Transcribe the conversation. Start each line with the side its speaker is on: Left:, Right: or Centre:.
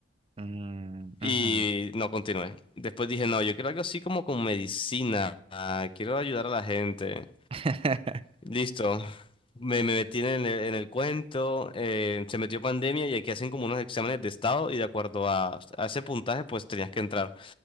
Right: mm,
Left: Y
Right: ujú,
Left: no continué. Después dije, no, yo quiero algo así como con medicina, ah, quiero ayudar a la gente.
Right: <laughs>
Left: Listo. Me, me metí en el, en el cuento, eh, se metió pandemia y aquí hacen como unos exámenes de estado y de acuerdo a, a ese puntaje pues tenías que entrar.